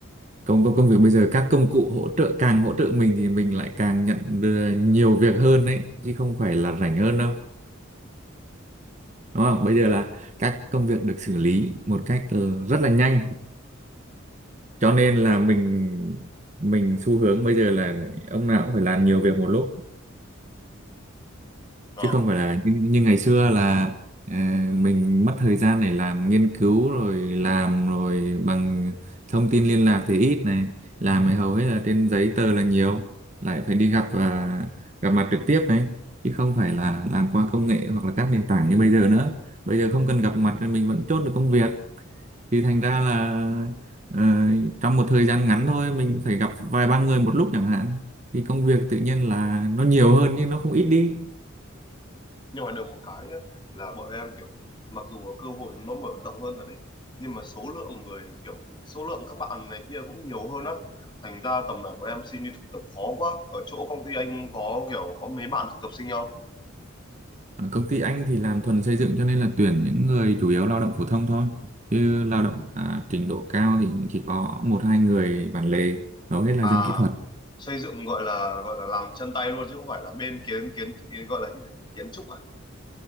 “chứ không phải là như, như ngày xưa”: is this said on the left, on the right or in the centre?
Right